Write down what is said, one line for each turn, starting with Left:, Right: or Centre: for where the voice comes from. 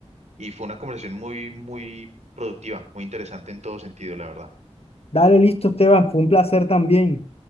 Right: y fue una conversación muy, muy productiva, muy interesante en todo sentido, la verdad.
Left: dale listo, Esteban, fue un placer también.